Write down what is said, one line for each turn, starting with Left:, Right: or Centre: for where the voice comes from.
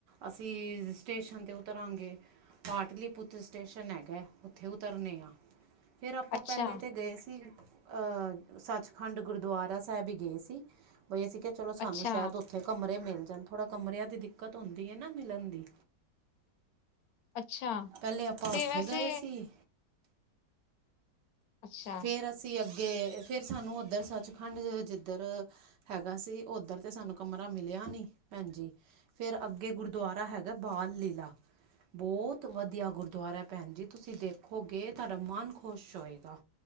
Right: ਅਸੀਂ ਸਟੇਸ਼ਨ ਤੇ ਉਤਰਾਂਗੇ ਪਾਟਲੀ ਪੁੁੱਤ ਸਟੇਸ਼ਨ ਹੈਗਾ ਉੱਥੇ ਉਤਰਨੇ ਆ ਫੇਰ ਆਪਾਂ
Left: ਅੱਛਾ
Right: ਪਹਿਲੇ ਤੇ ਗਏ ਸੀ ਅਹ ਸੱਚਖੰਡ ਗੁਰਦੁਆਰਾ ਸਾਹਿਬ ਹੀ ਗਏ ਸੀ ਬਈ ਅਸੀ ਕਿਹਾ ਚਲੋ ਸਾਨੂੰ
Left: ਅੱਛਾ
Right: ਸ਼ਾਇਦ ਉੱ ਥੇ ਕਮਰੇ ਮਿਲ ਜਾਣ ਥੋੜ੍ਹਾ ਕਮਰਿਆਂ ਦੀ ਦਿੱਕਤ ਹੋਂਦੀ ਹੈ ਨਾ ਮਿਲਣ ਦੀ
Left: ਅੱਛਾ
Right: ਪਹਿਲੇ ਆਪਾਂ
Left: ਤੇ
Right: ਉੱਥੇ
Left: ਵੈਸੇ
Right: ਗਏ ਸੀ
Left: ਅੱਛਾ
Right: ਫੇਰ ਅਸੀਂ ਅੱਗੇ ਫੇਰ ਸਾਨੂੰ ਉੱਧਰ ਸੱਚਖੰਡ ਜਿੱਧਰ ਹੈਗਾ ਸੀ ਉੱਧਰ ਤੇ ਸਾਨੂੰ ਕਮਰਾ ਮਿਲਿਆ ਨਹੀਂ ਭੈਣ ਜੀ ਫੇਰ ਅੱਗੇ ਗੁਰਦੁਆਰਾ ਹੈਗਾ ਬਾਲ ਲੀਲਾ ਬਹੁਤ ਵਧੀਆ ਗੁਰਦੁਆਰਾ ਹੈ ਭੈਣ ਜੀ ਤੁਸੀਂ ਦੇਖੋਗੇ ਤੁਹਾਡਾ ਮਨ ਖੁਸ਼ ਹੋਏਗਾ